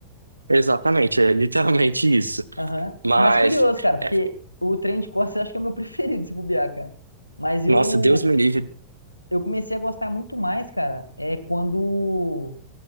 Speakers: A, on the right; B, on the left.
A: Exatamente, é literalmente isso.
B: Aham.
A: Mas,
B: Mas curioso, cara, porque
A: é,
B: o treino de costas <laughs> eu acho que é o meu <laughs> preferido, se bobear, cara. Mas eu,
A: nossa, Deus me livre.
B: eu comecei a gostar muito mais, cara, é quando